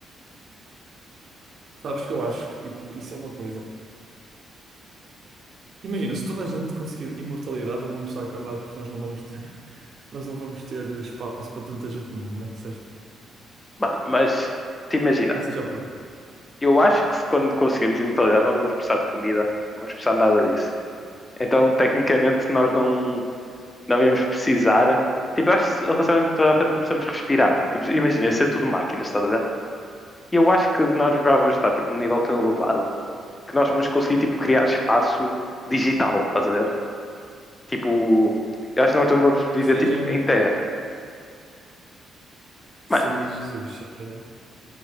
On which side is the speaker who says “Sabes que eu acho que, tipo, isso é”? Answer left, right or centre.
Right